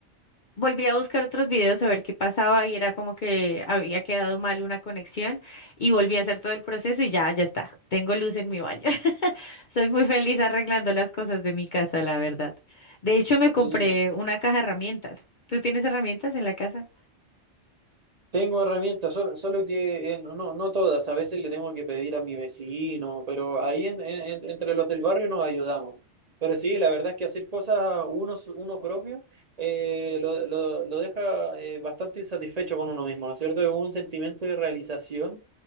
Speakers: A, on the left (about 55°); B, on the right (about 35°).
A: Volví a buscar otros videos a ver qué pasaba y era como que había quedado mal una conexión y volví a hacer todo el proceso y ya, ya está. Tengo luz en mi baño. <laughs> Soy muy feliz arreglando las cosas de mi casa, la verdad. De hecho, me
B: Sí.
A: compré una caja de herramientas. ¿Tú tienes herramientas en la casa?
B: Tengo herramientas, solo, solo que eh, no, no no todas, a veces le tengo que pedir a mi vecino, pero ahí en- en- en- entre los del barrio nos ayudamos. Pero sí, la verdad es que hacer cosas uno, s- uno propio eh, lo, lo- lo deja eh, bastante insatisfecho con uno mismo, ¿no es cierto? Es un sentimiento de realización